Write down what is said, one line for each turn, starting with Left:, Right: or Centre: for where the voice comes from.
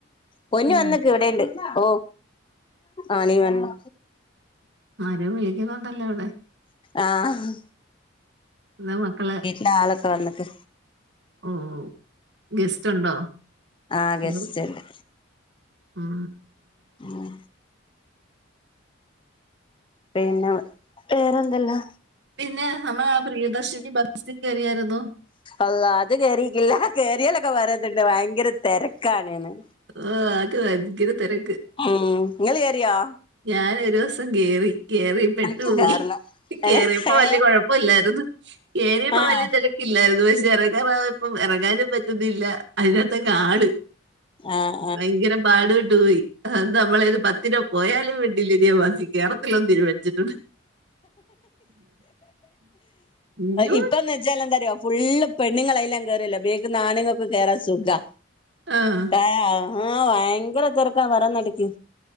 Left: പൊന്നു
Right: ഉം
Left: വന്നിക്ക് ഇവിടെണ്ട്. ഓ ആണി വന്നു.
Right: ആരോ വിളിക്കുന്നുണ്ടല്ലോ അവിടെ.
Left: ആഹ്
Right: എന്നാ മക്കളെ
Left: ലെ ആളൊക്കെ വന്നക്ക്.
Right: ഉം ഉം ഗസ്റ്റ് ഉണ്ടോ?
Left: ആഹ്
Right: ഹലോ
Left: ഗസ്റ്റ്ണ്ട്
Right: ഉം
Left: ഉം പിന്നെ വേറെന്തല്ലാ.
Right: പിന്നെ നമ്മൾ ആ പ്രിയദർശിനി ബസ്സിൽ കയറിയായിരുന്നു.
Left: അല്ല അത് കേറിക്കില്ല കേറിയലൊക്കെ പറയുന്നുണ്ട് ഭയങ്കര തിരക്കാണ്ന്ന്.
Right: ആഹ് അത് ഭയങ്കര തിരക്ക്.
Left: ഉം നിങ്ങള് കേറിയോ.
Right: ഞാൻ ഒരൂസം കേറി കേറി പെട്ടുപോയി
Left: എനിക്ക് കേറില്ല
Right: കേറിയപ്പോ
Left: ഏ ഏ
Right: വല്യ കുഴപ്പല്ലായിരുന്നു. കേറിയപ്പോ
Left: ആഹ്
Right: വലിയതി ഇല്ലായിരുന്നു പക്ഷെ ഇറങ്ങാനായപ്പം ഇറങ്ങാനും പറ്റുന്നില്ല അതിനകത്തകെ ആള്.
Left: ആഹ്
Right: ഭയങ്കര പാട് പെട്ട് പോയി അന്ന് നമ്മളൊരു പത്തിന പോയാലും വേണ്ടില്ല ഇനി ഞാൻ ബസ്സിൽ കേറത്തിലൊന്ന് തീരുമാനിച്ചിട്ടുണ്ട്. അയ്യോ
Left: ഇപ്പന്ന് വെച്ചാലെന്താറിയോ. ഫുള്ള് പെണ്ണുങ്ങളയിലങ്ങ് കയറല്ലേ ബേക്ക്ന്ന് ആണുങ്ങൾക്കും കേറാൻ സുഖാ
Right: ആഹ്
Left: ആഹ് ആഹ് ഭയങ്കര തിരക്കാ പറയുന്ന കേട്ടിക്ക്